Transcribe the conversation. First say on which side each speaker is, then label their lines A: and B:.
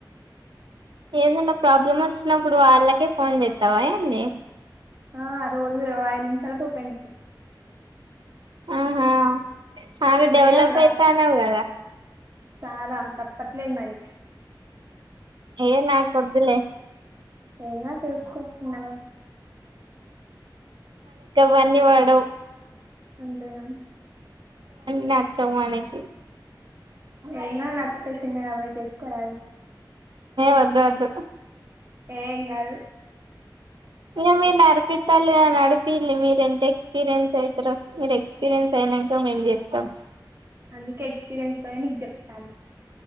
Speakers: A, on the right; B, on the right.
A: ఏదన్నా ప్రాబ్లమ్ వచ్చినప్పుడు వాళ్ళకే ఫోన్ చేస్తావా ఏంది
B: ఆ రోజు ఐదు నిమిషాలకు ఒకక
A: ఆహా ఆగా
B: నువ్వు
A: డెవలప్
B: చేయాలా
A: అయితా అ నవగ
B: చాలా తప్పట్లేదు మరి
A: ఏనా కొద్దులే
B: ఏనా చేసుకొ చిన్నగా
A: వన్నివాడవ్
B: అంతేనా
A: నచ్చవు మనకి
B: ఎన్నో నచ్చుతాయి అవే చేసుకోరాదు.
A: వద్దు వద్దు
B: ఎంగాదు
A: నవ్వునారు నడిపి తల్లి కదా నడిపి మీరు ఎంత ఎక్స్పీరియన్స్ అవుతారా మీరు ఎక్స్పీరియన్స్ అయినాక మేం చెప్తాం
B: అందుకే ఎక్స్పీరియన్స్ తోనే నీకు చెప్తాన్న